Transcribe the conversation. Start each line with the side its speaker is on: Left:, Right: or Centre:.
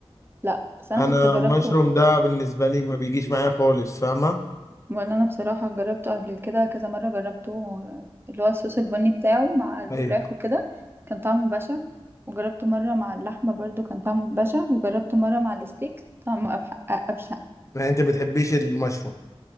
Right: لا بس انا
Left: انا
Right: كنت جربته
Left: المشروم ده بالنسبه لي ما بيجيش معايا خالص فاهمه
Right: وانا انا بصراحه جربته قبل كده كذا مره جربته آه، اللي هو الصوص البني بتاعه مع الفراخ
Left: ايوه
Right: وكده كان طعمه بشع وجربته مره مع اللحمه برضو كان طعمه بشع وجربته مره مع الستيك طعمه أبح- أ- ابشع
Left: يعني انت بتحبيش المشروم